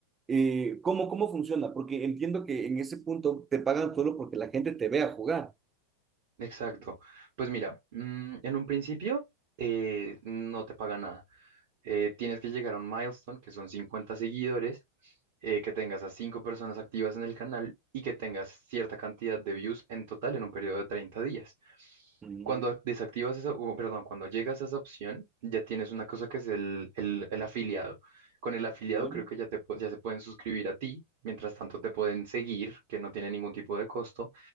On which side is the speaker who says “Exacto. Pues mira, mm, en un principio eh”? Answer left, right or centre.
Right